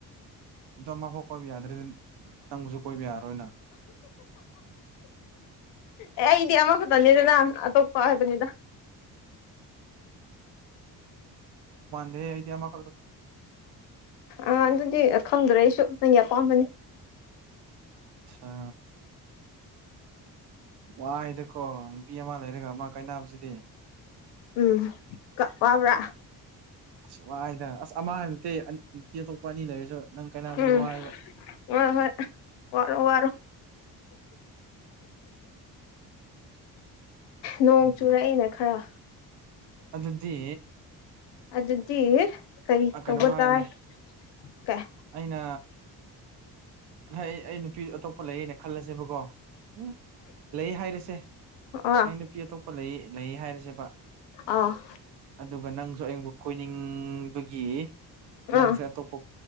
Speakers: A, on the right; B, on the left.
A: ꯑꯣ ꯑꯃꯐꯥꯎ ꯀꯣꯏꯕ ꯌꯥꯗ꯭ꯔꯦꯗꯤ ꯅꯪꯕꯨꯁꯨ ꯀꯣꯏꯕ ꯌꯥꯔꯔꯣꯏꯅ
B: ꯑꯦ ꯑꯩꯗꯤ ꯑꯃꯈꯛꯇꯅꯤꯗꯅ ꯑꯇꯣꯞꯄ ꯍꯥꯏꯕꯅꯤꯗ
A: ꯍꯦꯗꯤ ꯑꯃ
B: ꯑꯥ ꯑꯗꯨꯗꯤ ꯈꯪꯗ꯭ꯔꯦ ꯑꯩꯁꯨꯇꯪꯒꯤ ꯑꯄꯥꯝꯕꯅꯤ
A: ꯑ ꯋꯥꯥꯏꯗꯀꯣ ꯅꯨꯄꯤ ꯂꯩꯔꯒ ꯑꯃ ꯀꯥꯏꯕꯁꯤꯗꯤ
B: ꯎꯝ ꯀ ꯄꯥꯕ꯭ꯔꯥ
A: ꯑꯁ ꯋꯥꯏꯗꯅ ꯑꯁ ꯑꯃꯕ ꯅꯠꯇꯦ ꯅꯨꯄꯤ ꯑꯇꯣꯞꯄ ꯑꯅꯤ ꯂꯩꯔꯁꯨ ꯅꯪ ꯀꯥꯏꯅꯕꯁꯤꯗꯤ
B: ꯎꯝ
A: ꯋꯥꯏꯕ
B: ꯍ ꯍꯣꯏ ꯋꯥꯔ ꯋꯥꯔ ꯅꯣꯡ
A: ꯎꯝ
B: ꯆꯨꯔꯛꯏꯅ ꯈꯔ
A: ꯑꯗꯨꯗꯤ
B: ꯑꯗꯨꯗꯤ ꯀꯩ ꯇꯧꯕ
A: ꯀꯩꯅꯣꯝ ꯍꯥꯏꯌꯣꯅꯦ
B: ꯇꯥꯏ ꯀꯩ
A: ꯑꯩꯅ ꯍꯣꯏ ꯑꯩ ꯅꯨꯄꯤ ꯑꯇꯣꯞꯄ ꯂꯩꯅ ꯈꯜꯂꯁꯦꯕꯀꯣ ꯎꯝ ꯂꯩ ꯍꯥꯏꯔꯁꯦ
B: ꯑꯥ
A: ꯑꯩ ꯅꯨꯄꯤ ꯑꯇꯣꯞꯄ ꯂꯩ ꯂꯩ ꯍꯥꯏꯔꯁꯦꯕ
B: ꯑꯥ
A: ꯑꯗꯨꯒ ꯅꯪꯁꯨ ꯑꯌꯕꯨ ꯀꯣꯏꯅꯤꯡꯕꯒꯤ ꯅꯪꯁꯦ
B: ꯑꯥ
A: ꯑꯇꯣꯞꯄ